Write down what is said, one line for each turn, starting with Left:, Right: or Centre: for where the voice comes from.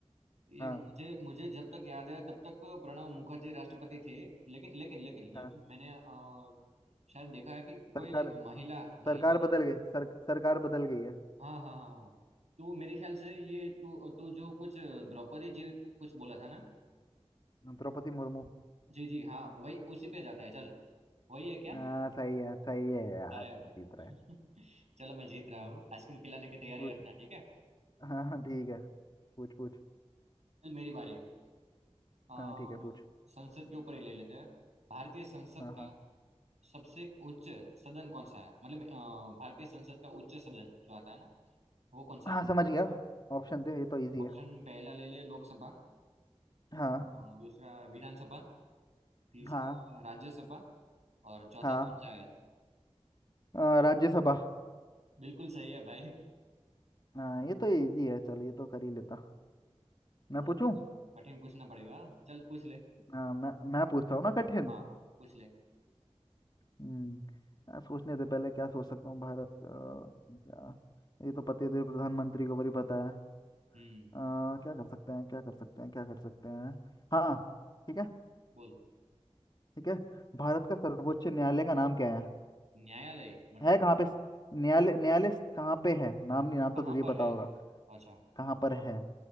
Right: ये
Left: हाँ
Right: मुझे मुझे जब तक याद है तब तक प्रणब मुखर्जी राष्ट्रपति थे लेकिन लेकिन लेकिन लेकिन
Left: हाँ
Right: मैंने अ, शायद देखा है कि कोई
Left: सरकार
Right: महिला महिला
Left: सरकार
Right: आई।
Left: बदल गई सर, सरकार बदल गई है
Right: हाँ हाँ हाँ हाँ तो मेरे ख्याल से ये तू तू जो कुछ द्रौपदी जी कुछ बोला था ना
Left: द्रौपदी मुर्मू
Right: जी जी हाँ वही उसी पे जाता है चल वही है क्या
Left: हाँ सही है सही है यार
Right: अरे भाई
Left: जीत रहा है
Right: <laughs> चलो मैं जीत रहा
Left: हम्म,
Right: हूँ आइसक्रीम खिलाने की तैयारी
Left: पूछ
Right: रखना ठीक है
Left: हाँ हाँ ठीक है पूछ पूछ
Right: चल मेरी बारी है अ,
Left: हाँ ठीक है पूछ
Right: संसद के ऊपर ही ले लेते हैं भारतीय संसद
Left: हाँ हाँ
Right: का सबसे उच्च सदन कौन सा है मतलब अ, भारतीय संसद का उच्च सदन जो आता है ना वो कौन सा
Left: हाँ
Right: है
Left: समझ गया ऑप्शन थे ये तो इजी है
Right: ऑप्शन पहला ले ले लोकसभा
Left: हाँ
Right: अ, अ, दूसरा विधानसभा तीसरा
Left: हाँ
Right: राज्यसभा और चौथा
Left: हाँ
Right: पंचायत
Left: अ, राज्यसभा
Right: बिल्कुल सही है भाई <laughs>
Left: हाँ ये तो इजी है चलो ये तो कर ही लेता मैं
Right: थोड़ा
Left: पूछूं
Right: कठिन कठिन पूछना पड़ेगा चल पूछ ले
Left: हाँ मैं मैं पूछता हूँ ना कठिन
Right: हाँ पूछ ले
Left: हम्म यार, सोचने से पहले क्या सोच सकता हूँ भारत का क्या ये तो पते थे प्रधानमंत्री को बड़ी पता है
Right: हम्म
Left: अ, क्या कर सकते हैं क्या कर सकते हैं क्या कर सकते हैं हाँ ठीक है
Right: बोल
Left: ठीक है भारत का सर्वोच्च न्यायालय का नाम क्या है
Right: न्यायालय मतलब
Left: है कहाँ पे न्यायालय न्यायालय कहाँ पे है नाम नहीं नाम तो
Right: कहाँ
Left: तुझे
Right: पर
Left: पता
Right: है
Left: होगा
Right: अच्छा
Left: कहाँ पर है